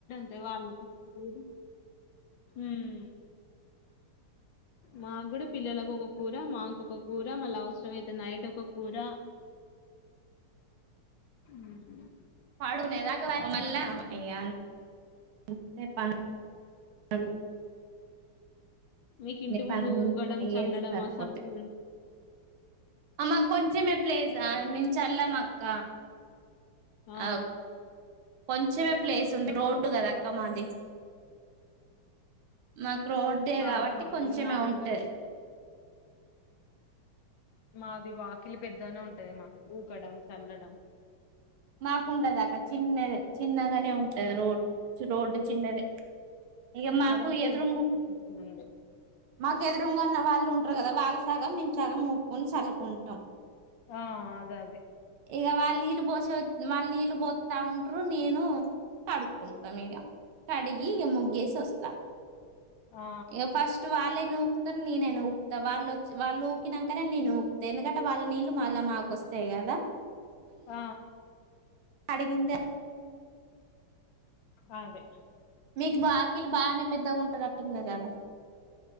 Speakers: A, on the left (about 70°); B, on the right (about 75°).
A: పెద్ద వాళ్ళకొక కూర ఊమ్ మాగ్గూడ పిల్లలకొక కూర మాకొక కూర మళ్ళ అవసరమైతె నైటొక కూర ఊమ్
B: పాడుకునేదాక ఒ మళ్ళా ఇగ <unintelligible>
A: మీకింటి ముందు
B: పనులు
A: ఊకడం
B: అయ్యే
A: చల్లడం
B: సరిపోతాయి
A: అసంటువి
B: అమ్మ కొంచమే ప్లేస్ ఆ మేమ్ చల్లమక్క.
A: ఆ
B: ఔ కొంచమే ప్లేసుంటె రోడ్ <unintelligible> కదక్క మాది మా రోడ్డే గాబట్టి
A: ఆహా
B: కొంచెమే
A: ఇక మా దగ్గర
B: ఉంటది.
A: మాది వాకిలి పెద్దగనే ఉంటది మాకు ఊకడం సల్లడం.
B: మాకుండదక చిన్నది చిన్నగనే ఉంటది రోడ్ చ్ రోడ్డు చిన్నదె. ఇగ మాకు
A: అదైతే
B: ఎదురుంగు
A: ఇంకా ఉండు
B: మాకెదురుంగున్న వాళ్ళు గదా వాళ్ళు సగం మేమ్ సగం ఊకోన్ సల్లుకుంటం
A: ఆ అదె అదె
B: ఇగ వాల్ నీళ్ పోసొ వాల్ నీల్ బోత్ తా ఉంట్రు నేను కడుక్కుంటమిగ కడిగి ఇగ ముగ్గేసొస్త.
A: ఆ
B: ఇగ ఫస్ట్ వాళ్లే నూ త నేను ఊకుతా వాళ్ళుచ్చ వాళ్ళు ఊకినాకనే నేను ఊకుతా ఎందుకంటే వాళ్ళ నీళ్ళు మళ్ళా మాకు వస్తాయి కదా
A: ఆ
B: అడగిందె
A: అ అదే
B: మీకు బాకిీలు బానే పెద్దగా ఉంటారు అట్టు కా కదా